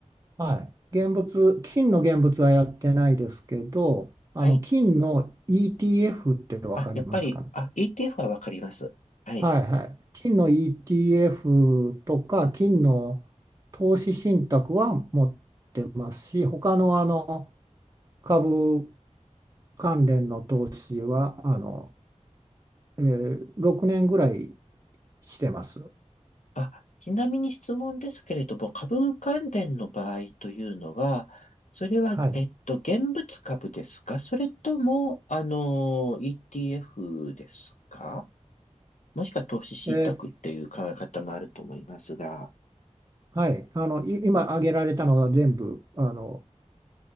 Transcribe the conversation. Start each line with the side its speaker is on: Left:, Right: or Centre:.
Right: はい、現物、金の現物はやってないですけど、あの金の
Left: はい。
Right: ETF ってわかりますかね
Left: あ、やっぱり、あ、ETF はわかります。はい。
Right: はいはい。金の ETF とか金の投資信託は持ってますし、他のあの株関連の投資はあの、えー6年ぐらいしてます。
Left: あ、ちなみに質問ですけれども、株関連の場合というのは、それは、
Right: はい。
Left: えっと、現物株ですかそれとも、あの、ETF ですかもしくは投資信託っていう考え方もあると思いますが、
Right: えーはい。あの、い今挙げられたのは全部あの